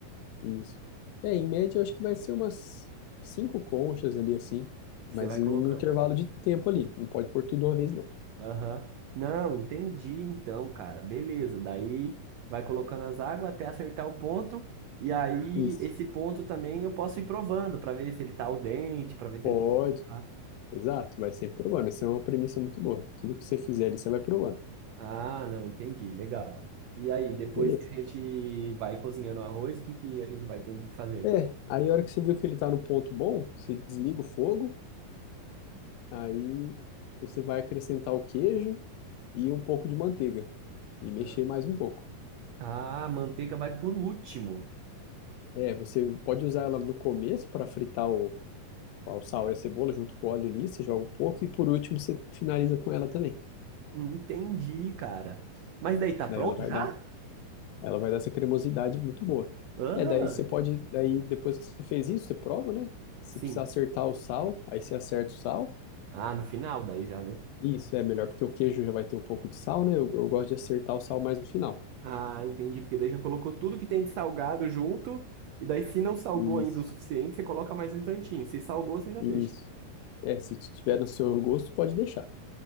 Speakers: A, on the left (about 90°); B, on the right (about 85°).
A: Isso. É, em média, eu acho que vai ser umas cinco conchas ali, assim, mas
B: Que você vai
A: em-
B: colocando.
A: no intervalo de tempo ali. Não pode pôr tudo de uma vez, não.
B: Aham. Não, entendi então, cara. Beleza. Daí vai colocando as águas até acertar o ponto. E aí,
A: Isso.
B: esse ponto também eu posso ir provando para ver se ele tá al dente, para ver se
A: Pode.
B: ele. Ah,
A: Exato. Vai sempre provando. Essa é uma premissa muito boa. Tudo que você fizer ali, você vai provando.
B: ah, não, entendi. Legal. E aí, depois
A: Beleza.
B: que a gente vai cozinhando o arroz, o que que a gente vai tendo que fazer?
A: É, aí a hora que você viu que ele tá no ponto bom, você desliga o fogo, aí você vai acrescentar o queijo e um pouco de manteiga. E mexer
B: Ah.
A: mais um pouco.
B: Ah, a manteiga vai por último.
A: É, você pode usar ela no começo para fritar o, o sal e a cebola junto com o óleo ali, você joga um pouco e por último você finaliza com ela também.
B: Entendi, cara. Mas daí tá pronto
A: Daí ela vai
B: já?
A: dar, ela vai dar essa cremosidade muito boa.
B: Aham,
A: É, daí você pode, daí depois que você fez isso, você prova, né? Se
B: sim.
A: precisar acertar o sal, aí você acerta o sal.
B: Ah, no final daí já, né?
A: Isso é melhor, porque o queijo já vai ter um pouco de sal, né? Eu, eu gosto de acertar o sal mais no final.
B: Ah, entendi, porque daí já colocou tudo que tem de salgado junto. E daí, se não salgou
A: Isso,
B: ainda o suficiente, você coloca mais um tantinho. Se salgou, você já
A: isso.
B: deixa.
A: É, se tiver no seu gosto, pode deixar.